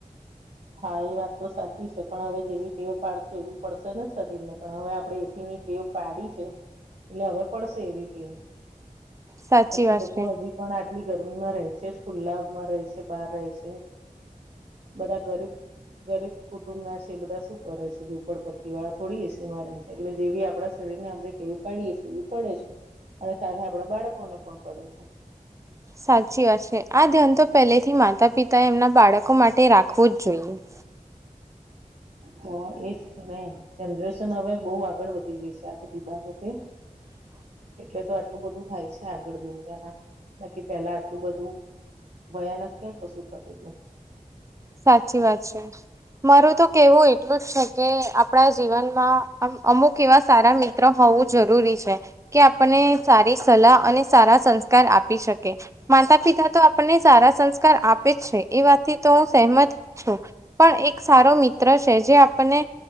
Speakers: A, on the right (about 50°); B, on the right (about 20°).
A: હા, એ વાત તો સાચી છે. પણ હવે જેવી ટેવ પાડશો એવી પડશે ને શરીરને પણ હવે આપણે એસી ની ટેવ પાડી છે, એટલે હવે પડસે એવી ટેવ
B: સાચી
A: બાકી
B: વાત
A: લોકો
B: છે
A: હજી પણ આજ આટલી ગરમી માં રહે છે જ, ખુલ્લામાં રહે છે, બાર રહે છે. બધા ગરીબ ગરીબ કુટુંબના છે એ બધા સુ કરે છે? ઝુપડ પટ્ટી વાળા થોડી એસીમાં રહે છે એટલે જેવી આપડા આપણે ટેવ પાડીએ છે એવી પડે છે અને સાથે આપડા બાળકોને પણ પડે છે.
B: સાચી વાત છે. આ ધ્યાન તો પહેલેથી માતા પિતાએ એમના બાળકો માટે રાખવું જ જોઈએ. <inaudible>
A: તો એજ ને! જનરેશન હવે બહુ આગળ વધી ગઈ છે આ બધી બાબતે.
B: હ
A: એટલે તો આટલું બધું થાય છે આગળ દુનિયામાં. બાકી પેલા આટલું બધું ભયાનક ક્યાં કસુ થતું તું?
B: સાચી વાત છે. મારું તો કહેવું એટલું જ છે કે, આપણા જીવનમાં અમુક એવા સારા મિત્ર હોવ વુ જરૂરી છે કે આપને સારી સલાહ અને સારા સંસ્કાર આપી શકે, માત્ર માતા પિતા તો આપણને સારા સંસ્કાર આપે જ છે એ વાત થી તો હ સહમત છું, પણ એક સારો મિત્ર છે જે આપણને